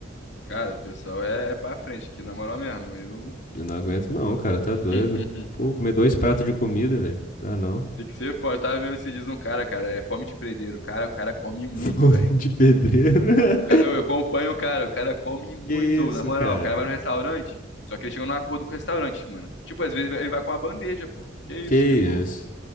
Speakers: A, on the left; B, on the left.
A: Cara, o pessoal é, é pra frente aqui, na moral mesmo. Eu.
B: Eu não aguento, não, cara. Tá
A: <laughs>
B: doido. Pô, comer dois pratos de comida, velho. Dá não.
A: Tem que ser forte. Eu tava vendo esses dias um cara, cara, é fome de prendeiro. O cara, o cara come
B: <laughs>
A: muito,
B: Fome
A: velho.
B: de pedreiro. <laughs>
A: O ca- Eu acompanho o cara, o cara come muito,
B: Que isso,
A: na moral.
B: cara?
A: O cara vai no restaurante, só que ele chega num acordo com o restaurante, mano. Tipo, às vezes ele vai com uma bandeja, pô. Que isso,
B: Que
A: tipo. O
B: isso?